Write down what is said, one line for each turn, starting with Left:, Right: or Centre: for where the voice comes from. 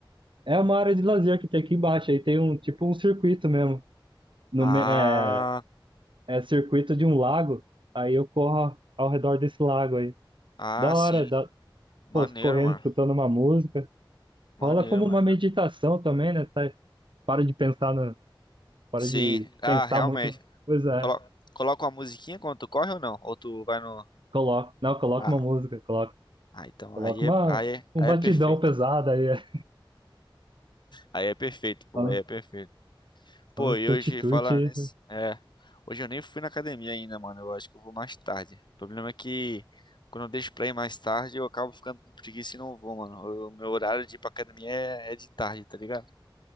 Right: É uma área de lazer que tem aqui embaixo, aí tem um tipo um circuito mesmo. No,
Left: Ah,
Right: me- é, é circuito de um lago, aí eu corro ao redor desse lago aí.
Left: ah,
Right: Da hora,
Left: sim.
Right: da,
Left: Maneiro,
Right: pô, correndo,
Left: mano.
Right: escutando uma música.
Left: Maneiro,
Right: Rola como
Left: mano.
Right: uma meditação também, né? Sai, para de pensar na, para
Left: Sim,
Right: de
Left: ah,
Right: pensar
Left: realmente.
Right: muito nas coisas, é.
Left: Colo coloca uma musiquinha quando tu corre ou não? Ou tu vai no.
Right: Coloca, não, coloca
Left: Ah,
Right: uma música, coloca
Left: ah então
Right: Coloca
Left: aí
Right: uma,
Left: é, aí é,
Right: um
Left: aí
Right: batidão
Left: é perfeito.
Right: pesado aí, é.
Left: Aí é perfeito, pô,
Right: só no
Left: aí é perfeito. Pô,
Right: só no
Left: e
Right: tuti-tuti.
Left: hoje falar nesse. É. Hoje eu nem fui na academia ainda, mano. Eu acho que eu vou mais tarde. O problema é que quando eu deixo pra ir mais tarde, eu acabo ficando com preguiça e não vou, mano. O meu horário de ir pra academia é, é de tarde, tá ligado?